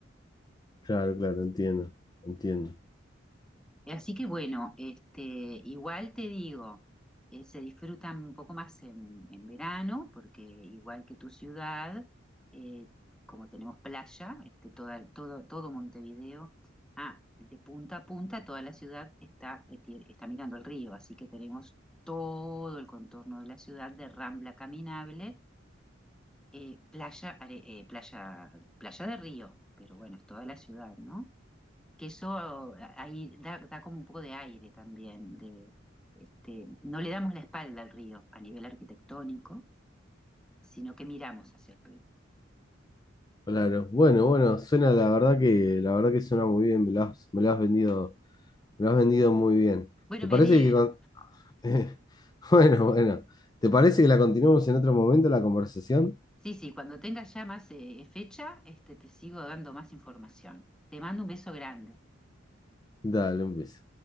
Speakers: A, on the left; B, in the centre.
A: claro, claro, entiendo, entiendo.
B: Así que bueno, este, igual te digo, eh, se disfrutan un poco más en, en verano, porque igual que tu ciudad, eh, como tenemos playa, este, toda, todo, todo Montevideo, ah, de punta a punta, toda la ciudad está, eh, tie- está mirando el río, así que tenemos todo el contorno de la ciudad de rambla caminable, eh, playa, are- eh, playa, playa de río, pero bueno, es toda la ciudad, ¿no? que eso eh, ahí da, da como un poco de aire también, de, este, no le damos la espalda al río a nivel arquitectónico, sino que miramos hacia el río.
A: Claro, bueno, bueno, suena la verdad que, la verdad que suena muy bien, me lo has, me lo has vendido, me lo has vendido muy bien.
B: Bueno,
A: ¿Te
B: me
A: parece
B: alegro.
A: que con- Eh, <laughs> bueno, bueno. ¿Te parece que la continuemos en otro momento la conversación?
B: Sí, sí, cuando tengas ya más eh, fecha, este, te sigo dando más información. Te mando un beso grande.
A: Dale, un beso.